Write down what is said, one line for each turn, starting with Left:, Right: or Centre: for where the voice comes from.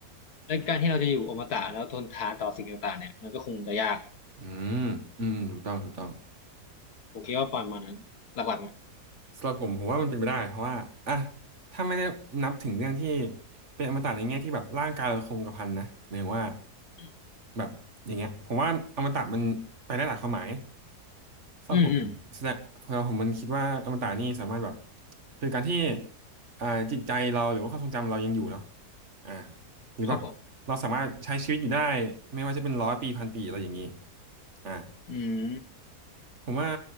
Left: และการที่เราจะอยู่อมตะแล้วทนทานต่อสิ่งต่างๆเนี่ยมันก็คงจะยาก
Right: อืมอืมถูกต้องถูกต้อง
Left: ผมคิดว่าประมาณนั้นหลักๆนะ
Right: สำหรับผมผมว่ามันเป็นไปได้เพราะว่าอ่ะถ้าไม่ได้นับถึงเรื่องที่เป็นอมตะในแง่ที่แบบร่างกายเราคงกระพันนะหมายถึงว่า
Left: อืม
Right: แบบอย่างเงี้ยผมว่าอมตะมันไปได้หลายความหมายสำหรับผมแสดงสำหรับผมมันคิดว่าอมตะนี่สามารถแบบ
Left: อืมอืม
Right: คือการที่อ่าจิตใจเราหรือว่าความทรงจำเรายังอยู่เนาะอ่าหรือแบบเราสามารถใช้ชีวิตอยู่ได้
Left: ครับผม
Right: ไม่ว่าจะเป็นร้อยปีพันปีอะไรอย่างนี้อ่า
Left: อืม
Right: ผมว่า